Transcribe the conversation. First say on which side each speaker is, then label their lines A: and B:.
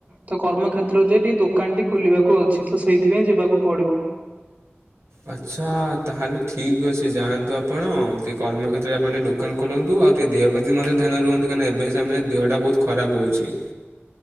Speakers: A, on the right; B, on the right.
A: ତ କର୍ମକ୍ଷେତ୍ରକୁ ଯାଇ ଟିକେ ଦୋକାନ ଟି ଖୋଲି ବାକୁ ଅଛି, ତ ସେଇଥି ପାଇଁ ଯିବାକୁ ପଡିବ।
B: ଆଚ୍ଛା ତାହେଲେ ଠିକ୍ ଅଛି ଯାଆନ୍ତୁ ଆପଣ, ଟିକେ କର୍ମକ୍ଷେତ୍ରରେ ଆପଣ ଟିକେ ଦୋକାନ ଖୋ ଖୋଲନ୍ତୁ, ଆଉ ଟିକେ ଦେହ ପ୍ରତି ମଧ୍ୟ ଧ୍ୟାନ ରୁହନ୍ତୁ, କାଇଁନା ଏବେ ସେମୟେ ରେ ଦେହଟା ବହୁତ ଖରାପ ହଉଛି।